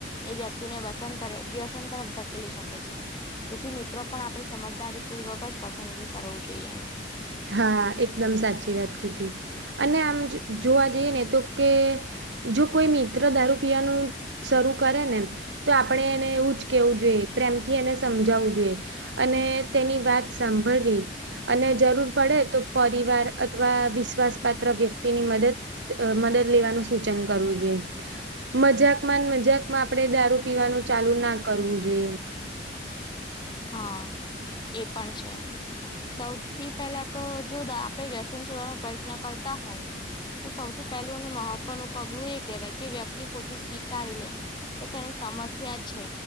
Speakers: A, on the left; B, on the right.
A: એ વ્યક્તિને વ્યસન વ્યસન તરફ ધકેલી શકે છે. તેથી મિત્રો પણ આપણે સમજદારી પૂર્વક જ પસંદગી કરું જોઈએ, એની
B: હા એકદમ સાચી વાત કીધી અને આમ જોવા જઈએ ને તો કે જો કોઈ મિત્ર દારૂ પીવાનું શરૂ કરે ને તો આપણે એને એવું જ કેવુ જોઈએ, પ્રેમથી એને સમજાવવો જોઈએ. અને તેની વાત સાંભળવી અને જરૂર પડે તો પરિવાર અથવા વિશ્વાસ પાાત્ર વ્યક્તિ ની મદદ મદદ લેવાનું સૂચન કરવું જોઈએ. મજાકમાં ને મજાકમાં આપડે દારૂ પીવાનું ચાલુ ના કરવું જોઈએ.
A: હા એ પણ છે. સૌથી પહેલા તો જો આપડે વ્યસન છોડવાનો પ્રયત્ન કરતા હોય. તો સૌથી પહેલું અને મહત્વનું પગલું એ કહેવાય કે વ્યક્તિ પોતે સ્વીકારી લે. કે તેને સમસ્યા છે